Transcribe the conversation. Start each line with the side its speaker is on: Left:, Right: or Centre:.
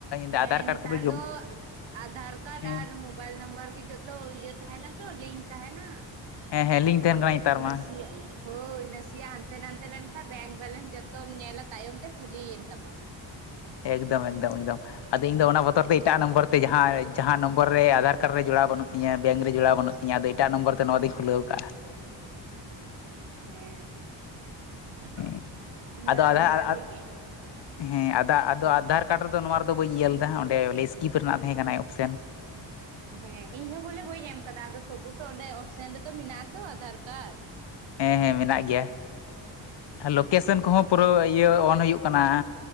Left: ᱟᱫᱷᱟᱨ
Right: ᱦᱮᱸ
Left: ᱠᱟᱨᱰ
Right: ᱱᱮᱛᱟᱨ
Left: ᱠᱚᱫᱚ ᱡᱚᱢ
Right: ᱫᱚ ᱟᱫᱷᱟᱨ ᱠᱟᱨᱰ
Left: ᱦᱮᱸ
Right: ᱟᱨ ᱢᱳᱵᱟᱭᱤᱞ ᱱᱟᱢᱵᱟᱨ ᱜᱮ ᱡᱚᱛᱚ ᱤᱭᱟᱹ ᱛᱟᱦᱮᱸᱱᱟ ᱛᱚ ᱞᱤᱝᱠ ᱛᱟᱦᱮᱸᱱᱟ᱾
Left: ᱦᱮᱸ ᱞᱤᱝᱠ
Right: ᱟᱫᱚ
Left: ᱛᱟᱦᱮᱱ ᱠᱟᱱᱟ ᱱᱮᱛᱟᱨ
Right: ᱱᱟᱥᱤ
Left: ᱢᱟ
Right: <unintelligible> ᱦᱳᱭ ᱱᱟᱥᱮᱭᱟᱜ ᱦᱟᱱᱛᱮ ᱱᱟᱛᱮ ᱞᱮᱱᱠᱷᱟᱱ ᱵᱮᱝᱠ ᱵᱮᱞᱮᱱᱥ ᱡᱚᱛᱚᱢ ᱧᱮᱞᱟ ᱛᱟᱭᱚᱢ ᱛᱮ ᱠᱷᱟᱹᱞᱤᱭᱮᱱ ᱛᱟᱢᱟ
Left: ᱮᱠᱫᱚᱢ ᱮᱠᱫᱚᱢ ᱮᱠᱫᱚᱢ ᱟᱫᱚ ᱤᱧ ᱫᱚ ᱚᱱᱟ ᱵᱚᱛᱚᱨ ᱛᱮ ᱮᱴᱟᱜ ᱱᱚᱢᱵᱚᱨ ᱛᱮ ᱡᱟᱦᱟᱸ <inaudible> ᱡᱟᱦᱟᱸ ᱱᱟᱢᱵᱚᱨ ᱨᱮ ᱟᱫᱷᱟᱨ ᱠᱟᱨᱰ ᱨᱮ ᱡᱚᱲᱟᱣ ᱵᱟᱹᱱᱩᱜ ᱛᱤᱧ ᱵᱮᱝ ᱨᱮ ᱡᱚᱲᱟᱣ ᱵᱟᱹᱱᱩᱜ ᱛᱤᱧ ᱟᱫᱚ ᱮᱴᱟᱜ ᱱᱚᱢᱵᱚᱨ ᱛᱮ ᱱᱚᱣᱟᱫᱚᱧ ᱠᱷᱩᱞᱟᱹᱣ ᱟᱠᱟᱜᱼᱟ
Right: ᱦᱮᱸ
Left: ᱦᱮᱸ
Right: <unintelligible> ᱚᱱᱟ
Left: ᱟᱫᱚ ᱟᱫᱷᱟᱨ
Right: ᱱᱟᱥᱤᱠ ᱜᱮ <unintelligible>
Left: ᱦᱮᱸ ᱟᱫᱚ ᱟᱫᱚ ᱟᱫᱷᱟᱨ ᱠᱟᱨᱰ ᱨᱮᱫᱚ ᱱᱚᱣᱟ ᱨᱮᱫᱚ ᱵᱟᱹᱧ ᱧᱮᱞ ᱮᱫᱟ ᱚᱸᱰᱮ ᱵᱚᱞᱮ ᱤᱥᱠᱤᱯ ᱨᱮᱱᱟᱜ ᱛᱟᱦᱮᱸ ᱠᱟᱱᱟ ᱚᱯᱥᱮᱱ <inaudible>
Right: ᱦᱮᱸ <unintelligible> ᱦᱮᱸ ᱤᱧ ᱦᱚᱸ ᱵᱚᱞᱮ ᱵᱟᱹᱧ ᱮᱢ ᱟᱠᱟᱫᱟ ᱟᱫᱚ ᱛᱚᱵᱩ ᱛᱚ ᱚᱸᱰᱮ ᱚᱯᱥᱮᱱ ᱨᱮᱫᱚ ᱢᱮᱱᱟᱜ ᱟ ᱛᱚ ᱟᱫᱷᱟᱨ ᱠᱟᱨᱰ
Left: ᱦᱮᱸ ᱦᱮᱸ ᱢᱮᱱᱟᱜ ᱜᱮᱭᱟ ᱞᱳᱠᱮᱥᱚᱱ
Right: ᱦᱮᱸ
Left: ᱠᱚᱦᱚᱸ ᱯᱩᱨᱟᱹ ᱤᱭᱟᱹ ᱚᱱ ᱦᱩᱭᱩᱜ ᱠᱟᱱᱟ